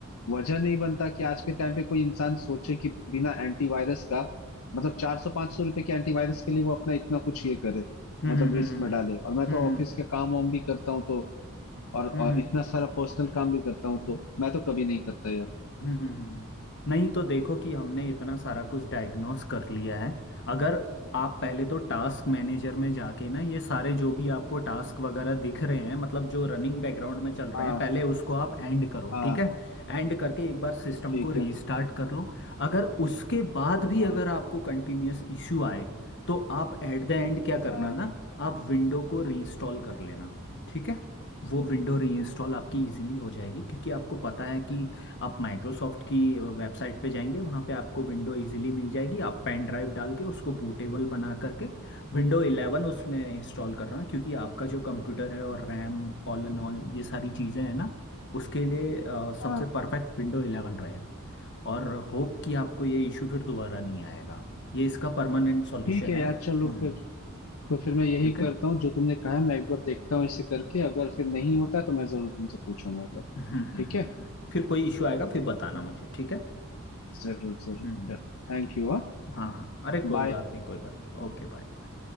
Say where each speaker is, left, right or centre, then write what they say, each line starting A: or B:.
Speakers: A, on the left; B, on the left.
A: वजह नहीं बनता कि आज के टाइम पे कोई इंसान सोचे कि बिना एंटीवायरस का मतलब चार सौ पांच सौ रुपए के एंटीवायरस के लिए वो अपना इतना कुछ ये करे
B: हम्म
A: मतलब
B: हम्म हम्म
A: रिस्क
B: हम्म
A: में डाले और मैं
B: हम्म हम्म हम्म
A: तो
B: हम्म हम्म,
A: ऑफिस
B: हम्म,
A: के काम वाम भी करता हूँ तो और, और
B: हम्म, हम्म।
A: इतना सारा पर्सनल काम भी करता हूँ तो मैं तो कभी नहीं करता यार
B: हम्म हम्म, हम्म। नहीं तो देखो कि हमने इतना सारा कुछ डायग्नोस कर लिया है अगर आप पहले तो टास्क मैनेजर में जाके ना ये सारे जो भी आपको टास्क वगैरह दिख रहे हैं मतलब जो रनिंग बैकग्राउंड में चल रहे
A: हाँ
B: हैं पहले उसको आप एंड करो
A: हाँ
B: ठीक है एंड करके एक बार सिस्टम
A: ठीक
B: को रीस्टार्ट
A: है
B: कर लो अगर उसके बाद
A: हाँ
B: भी अगर आपको कंटिन्यूअस इश्यू आए तो आप एट द एंड क्या करना
A: हाँ
B: ना आप विंडो को रीइंस्टॉल कर लेना ठीक है वो विंडो रीइंस्टॉल आपकी इजीली हो जाएगी क्योंकि आपको पता है कि आप माइक्रोसॉफ्ट की वेबसाइट पे जाएंगे वहाँ पे आपको विंडो इजीली मिल जाएगी आप पेन ड्राइव डाल के उसको बूटेबल बना करके विंडो 11 उसमें इंस्टॉल कर रहा हूँ क्योंकि आपका जो कंप्यूटर है और रैम ऑल एंड ऑल ये सारी चीज़ें हैं ना उसके लिए अ, सबसे
A: हाँ।
B: परफेक्ट विंडो 11 रहेगा और होप कि आपको ये इशू फिर दोबारा नहीं आएगा ये इसका परमानेंट सॉल्यूशन
A: ठीक है
B: है
A: यार
B: हम्म,
A: चलो फिर तो फिर मैं यही
B: ठीक
A: करता
B: है
A: हूँ जो तुमने कहा मैं एक बार देखता हूँ इसे करके अगर फिर नहीं होता है तो मैं जरूर तुमसे पूछूंगा
B: हम्म
A: तब
B: हम्म हम्म,
A: ठीक
B: हम्म।
A: है
B: हम्म। फिर कोई इशू आएगा फिर बताना मुझे ठीक है
A: जरूर जरूर
B: हम्म
A: Thank you हाँ
B: हाँ हाँ अरे कोई
A: बाय
B: बात नहीं कोई बात नहीं ओके बाय बाय।